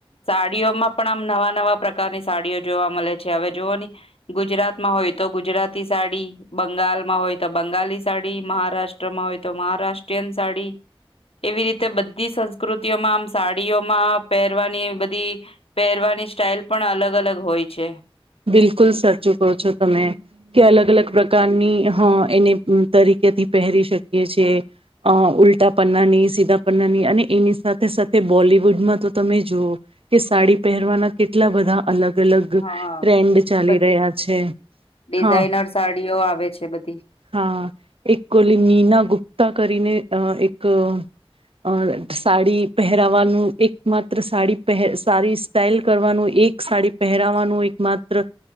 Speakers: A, on the left; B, on the right.
A: સાડીઓમાં પણ આમ નવા નવા પ્રકારની સાડીઓ જોવા મળે છે હવે જોુઓ ની ગુજરાતમાં હોય તો ગુજરાતી સાડી, બંગાળમાં હોય તો બંગાલી, સાડી મહારાષ્ટ્રમાં હોય તો મહારાષ્ટ્રીયન સાડી એવી રીતે બધી સંસ્કૃતિઓમાં આમ સાડીઓમાં પહેરવાની બધી. પહેરવાની સ્ટાઇલ પણ અલગ અલગ હોય છે.
B: બિલકુલ સાચું કહો છો તમે કે અલગ-અલગ પ્રકારની હ એને તરીકેથી પહેરી શકીએ છે, અ ઉલ્ટા પન્નાની સીધા પન્નાની અને એની સાથે સાથે બોલિવુડમાં તો તમે જુઓ, કે સાડી પહેરવાના કેટલા બધા અલગ-અલગ
A: હા
B: ટ્રેન્ડ ચાલી
A: બધી
B: રહ્યા છે,
A: ડિઝાઇનર
B: હા
A: સાડીઓ આવે છે બધી.
B: હા એક કોલી નીના ગુપ્તા કરીને અ એક અ સાડી પહેરાવાનું એક માત્ર સાડી પહે સારી સ્ટાાઈલ કરવાનું એક સાડી પહેરાવાનું એક માત્ર,